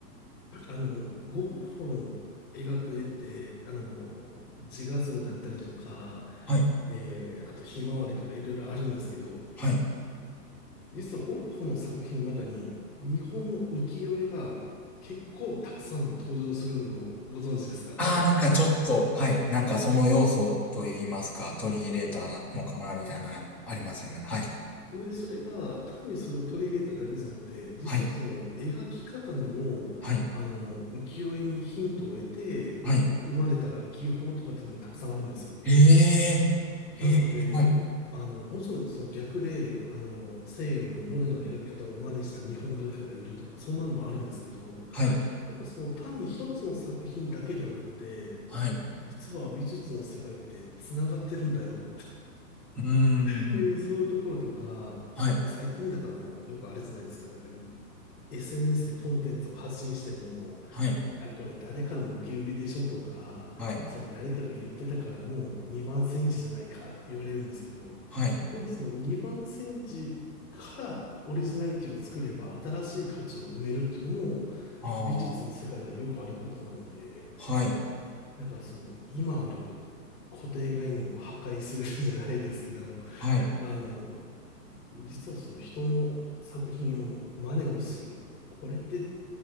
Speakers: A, on the left; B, in the centre.
A: あの、ゴッホの描く絵って、あの、自画像であったりとか、
B: はい。
A: えーあとひまわりとかいろいろあるんですけど、
B: はい。
A: 実はゴッホの作品の中に日本の浮世絵が結構たくさん登場するのをご存知ですか
B: ああ、なんかちょっと、はい。なんかその要素と言いますか、取り入れたのかな、みたいな、ありますよね。はい。
A: <laughs> で、それが単にそれを取り入れただけじゃなくて、実はその描き方にも、
B: はい。はい。
A: あの、浮世絵にヒントを得て生まれた技法とかっていうのもたくさんあるんですよ。
B: はい。ええ、ええ、
A: なので、
B: はい。
A: あの、もちろんその逆で、あの、西洋のモネの描き方を真似した日本画家がいるとか、そんなのもあるんですけど、
B: はい。
A: なんからその単に一つの作品だけではなくて、
B: はい。う
A: 実は美術の世界って繋がってるんだよっ
B: ーん。
A: ていう、そういうところとか、
B: はい。
A: なんか最近だとあの、よくあれじゃないですか、なんか SNS でコンテンツを発信しても、
B: はい。
A: あ、これ誰かの受け売りでしょとか、
B: はい。
A: それ誰かが言ってたからもう二番煎じじゃないかって言われるんですけど、
B: はい。
A: でもその二番煎じからオリジナリティを作れば新しい価値を埋めるっていうのも、
B: あ
A: 美術の世界ではよくあることなので、
B: あ、はい。
A: なんかその、今ある固定概念を破壊する <laughs> じゃないですけど、
B: はい。
A: <laughs> あの、実はその人の作品を真似をする。これって